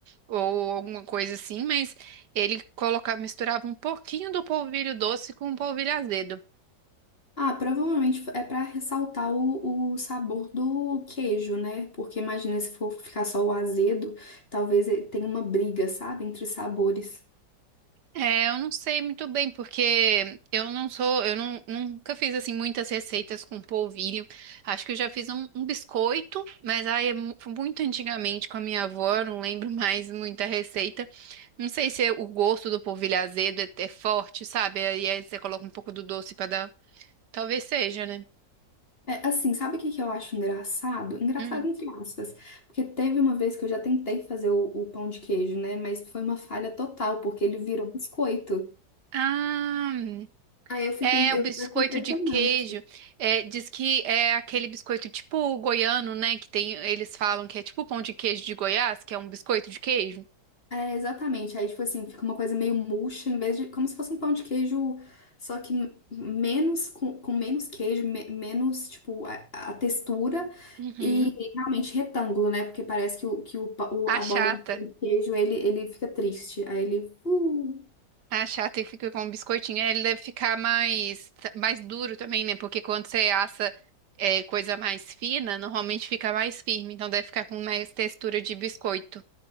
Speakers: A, on the right; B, on the left.
A: ou alguma coisa assim, mas ele colocava, misturava um pouquinho do polvilho doce com o polvilho azedo.
B: Ah, provavelmente é para ressaltar o, o sabor do queijo, né? Porque imagina se for ficar só o azedo, talvez eh, tenha uma briga, sabe, entre os sabores.
A: É, eu não sei muito bem, porque eu não sou, eu não- nunca fiz assim muitas receitas com polvilho. Acho que eu já fiz um, um biscoito, mas aí é mu- muito antigamente com a minha avó, eu não lembro <laughs> mais muita receita. Não sei se é o gosto do polvilho azedo é, é forte, sabe? Aí aí você coloca um pouco do doce pra dar. Talvez seja, né?
B: É assim, sabe o que que eu acho engraçado? Engraçado
A: Hum.
B: entre aspas, porque teve uma vez que eu já tentei fazer o, o pão de queijo, né? Mas foi uma falha total, porque ele virou biscoito.
A: Ah.
B: Aí eu fico,
A: É,
B: eu
A: o biscoito
B: acho impressionante.
A: de queijo. É, diz que é aquele biscoito tipo goiano, né? Que tem, eles falam que é tipo pão de queijo de Goiás, que é um biscoito de queijo.
B: É, exatamente. Aí, tipo assim, fica uma coisa meio murcha, em vez de. Como se fosse um pão de queijo, só que m- menos, com, com menos queijo, me- menos, tipo, a, a textura
A: Uhum.
B: e realmente retângulo, né? Porque parece que, o, que o, pa- o-
A: Achata.
B: a bolinha de pão de queijo, ele, ele fica triste. Aí ele. uh,
A: Achata e fica com um biscoitinho. É, Ele deve ficar mais, mais duro também, né? Porque quando você assa é, coisa mais fina, normalmente fica mais firme. Então deve ficar com mais textura de biscoito.